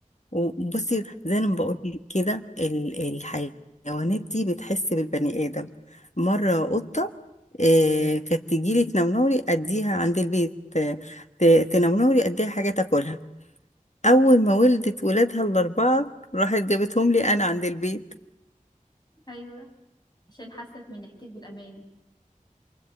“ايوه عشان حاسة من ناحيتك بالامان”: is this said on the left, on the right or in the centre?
Left